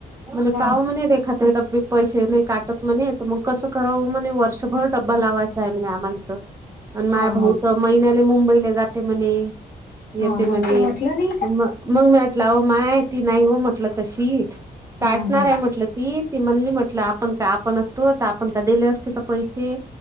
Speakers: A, on the right; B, on the left.
A: म्हणे
B: हा
A: काओ म्हणे रेखाताई ड्बे पैसे नाही काटत म्हणे, त म कसं करावं म्हणे, वर्षभर डब्बा लावायचाय म्हणे आम्हाला तीथ. अन माये
B: हा
A: भाऊ
B: हा
A: त, महिन्याले मुंबईला जाते म्हणे. येथे
B: हा
A: मने
B: मग तू म्हटलं नाही का
A: तम मग मी म्हटला हो माय ती नाही हो म्हटलं तशी काटणार
B: हा हा
A: आहे म्हटलं ती म्हणली म्हटलं आपण का आपण असतो तर आपण का दिले असते का पैसे